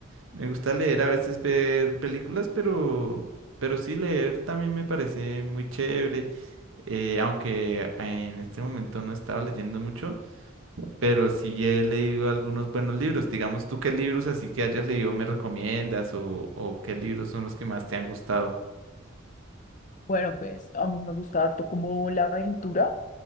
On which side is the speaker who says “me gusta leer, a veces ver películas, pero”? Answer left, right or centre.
Right